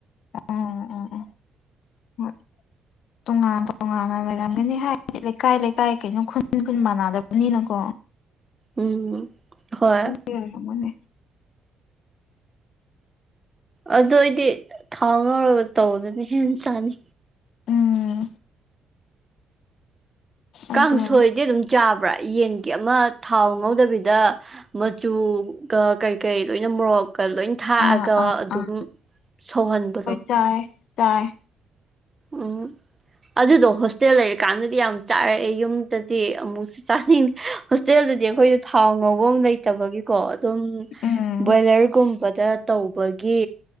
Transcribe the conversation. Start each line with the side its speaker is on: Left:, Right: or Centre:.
Left: ꯎꯝ ꯎꯝ ꯎꯝ ꯇꯣꯉꯥꯟꯅ ꯇꯣꯉꯥꯟꯅ ꯂꯩꯔꯝꯒꯅꯤ ꯍꯥꯏꯗꯤ ꯂꯩꯀꯥꯏ ꯂꯩꯀꯥꯏ ꯀꯩꯅꯣ ꯈꯨꯟ ꯈꯨꯟ ꯃꯥꯟꯅꯗꯕꯅꯤꯅꯀꯣ
Right: ꯎꯝ ꯍꯣꯏ
Left: ꯀꯔ ꯃꯅꯦ
Right: ꯑꯗꯨ ꯑꯣꯏꯗꯤ ꯊꯥꯎ ꯉꯔꯒ ꯇꯧꯕꯗꯨꯅ ꯍꯦꯟꯅ ꯆꯥꯅꯤ
Left: ꯎꯝ ꯑꯗꯨꯅꯤ
Right: ꯀꯥꯡꯁꯣꯏꯗꯤ ꯑꯗꯨꯝ ꯆꯥꯕ꯭ꯔꯥ ꯌꯦꯟꯒꯤ ꯑꯃ ꯊꯥꯎ ꯉꯧꯗꯕꯤꯗ ꯃꯆꯨꯒ ꯀꯩ ꯀꯔꯤ ꯂꯣꯏꯅ ꯃꯣꯔꯣꯛꯀ ꯂꯣꯏ ꯊꯥꯛꯑꯒ
Left: ꯑꯥ ꯑꯥ
Right: ꯑꯗꯨꯝ
Left: ꯑꯥ
Right: ꯁꯧꯍꯟꯕꯗꯣ
Left: ꯆꯥꯏ ꯇꯥꯏ
Right: ꯎꯝ ꯑꯗꯨꯗꯣ ꯍꯣꯁꯇꯦꯜ ꯂꯩꯔꯀꯥꯟꯗꯗꯤ ꯌꯥꯝ ꯆꯥꯔꯛꯑꯦ ꯌꯨꯝꯗꯗꯤ ꯑꯃꯨꯛ ꯆꯥꯅꯤꯡꯗꯦ ꯍꯣꯁꯇꯦꯜꯗꯗꯤ ꯑꯩꯈꯣꯏꯁꯨ ꯊꯥꯎ ꯉꯧꯕ ꯑꯃ ꯂꯩꯇꯕꯒꯤ ꯀꯣ ꯑꯗꯨꯝ
Left: ꯎꯝ
Right: ꯕꯣꯏꯂꯔꯒꯨꯝꯕꯗ ꯇꯧꯕꯒꯤ